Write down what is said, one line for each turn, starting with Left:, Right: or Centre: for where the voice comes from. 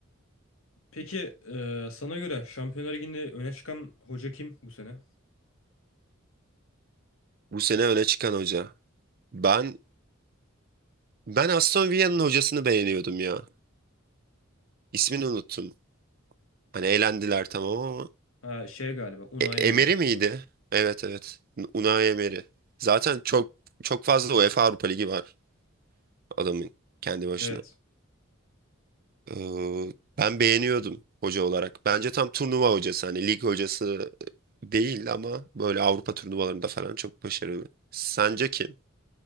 Left: Peki e, sana göre Şampiyonlar Ligi'nde öne çıkan hoca kim bu sene?
Right: Bu sene öne çıkan hoca. Ben ben Aston Villa'nın hocasını beğeniyordum ya. İsmini unuttum. Hani eğlendiler tamam ama
Left: Ha, şey galiba Unai
Right: E- Emery
Left: Emery.
Right: miydi? Evet evet. Unai Emery. Zaten çok çok fazla UEFA Avrupa Ligi var adamın kendi başına.
Left: Evet.
Right: Ee, ben beğeniyordum hoca olarak. Bence tam turnuva hocası hani lig hocası değil ama böyle Avrupa turnuvalarında falan çok başarılı. Sence kim?